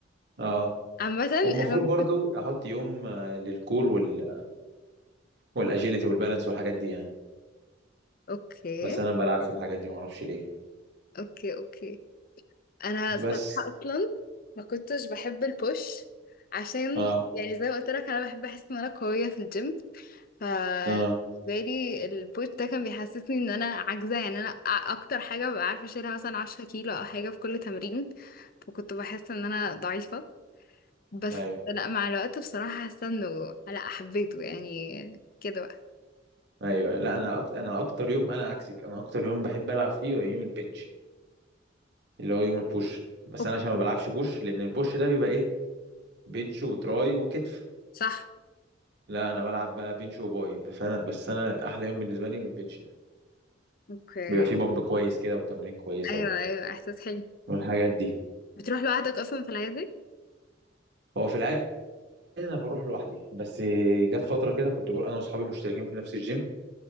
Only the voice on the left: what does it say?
عامة
انا ما
كنت
اوكي
اوكي اوكي انا
الصراحة اصلا ما كنتش بحب البوش عشان
يعني زي ما قلت لك انا بحب احس ان انا قوية في الجيم ف
بالي البوش ده كان بيحسسني ان انا عاجزة يعني انا أ- اكتر حاجة ببقى عارفة اشيلها مثلا عشرة كيلو او حاجة في كل تمرين فكنت بحس ان انا ضعيفة بس
لا مع الوقت بصراحة حاسة انه لا حبيته يعني كده بقى
اوكي
صح
اوكي
ايوه
ايوه احساس حلو
بتروح لوحدك اصلا في العادي